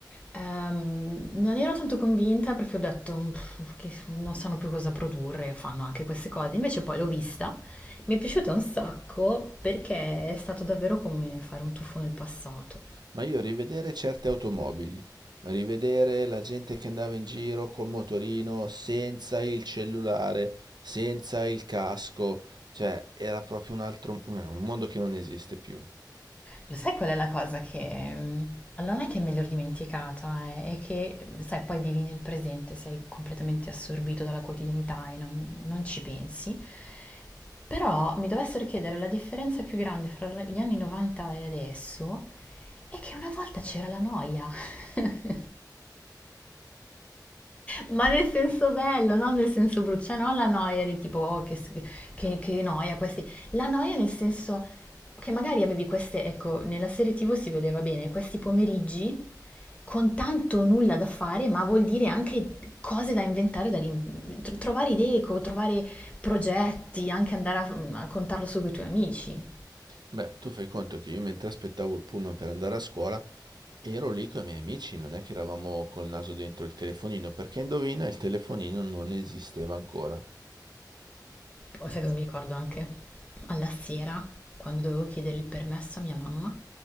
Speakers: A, on the left (about 15°); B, on the right (about 70°).
A: Ehm, non ero tanto convinta perché ho detto "Pff, che non sanno più cosa produrre, fanno anche queste cose. Invece poi l'ho vista, mi è piaciuta un sacco perché è stato davvero come fare un tuffo nel passato.
B: Ma io rivedere certe automobili, rivedere la gente che andava in giro col motorino, senza il cellulare, senza il casco, cioè era proprio un altro, eh, un mondo che non esiste più.
A: Lo sai qual è la cosa che... mm, allora non è che me l'ero dimenticata, eh, è che, sai, poi vivi nel presente, sei completamente assorbito dalla quotidianità e non, non ci pensi. Però mi dovessero chiedere la differenza più grande fra gli anni 90 e adesso è che una volta c'era la noia. <laughs> Ma nel senso bello, non nel senso brutto, cioè non la noia del tipo "Oh, che, s- che- che noia questi, la noia nel senso che magari avevi queste, ecco, nella serie TV si vedeva bene, questi pomeriggi con tanto nulla da fare, ma vuol dire anche cose da inventare, da rim- tro- trovare idee, co- trovare progetti, anche andare a, a contarlo su con i tuoi amici.
B: Beh, tu fai conto che io mentre aspettavo il pullman per andare a scuola, ero lì con i miei amici, non è che eravamo col naso dentro il telefonino, perché indovina, il telefonino non esisteva ancora.
A: Oh, sai cosa mi ricordo anche? Alla sera, quando dovevo chiedere il permesso a mia mamma